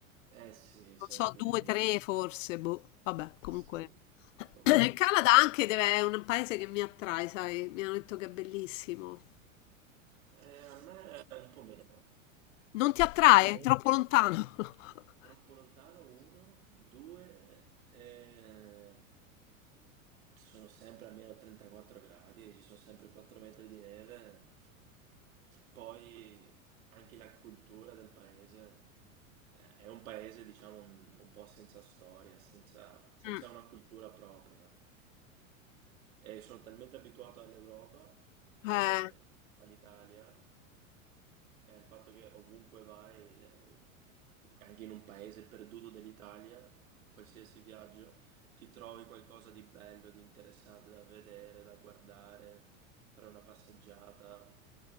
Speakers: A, on the right; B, on the left.
A: eh sì,
B: Non
A: siamo
B: so,
A: giù
B: due,
A: di lì.
B: tre forse, boh. Vabbè, comunque.
A: Sì, probabile.
B: <clears throat> Il Canada anche deve- è un paese che mi attrae, sai? Mi hanno detto che è bellissimo.
A: Eh, a me è un po' meno.
B: Non ti attrae?
A: Un po'
B: È
A: meno.
B: troppo lontano. <laughs>
A: Troppo lontano, uno, due, eh, sono sempre almeno 34 gradi, ci sono sempre 4 metri di neve. Poi anche la cultura del paese. eh, È un paese, diciamo, un, un po' senza storia, senza, senza
B: Mm.
A: una cultura propria. E sono talmente abituato all'Europa e
B: Eh,
A: all'Italia è il fatto che ovunque vai, eh, anche in un paese perduto dell'Italia, qualsiasi viaggio, ti trovi qualcosa di bello, di interessante da vedere, da guardare, fare una passeggiata.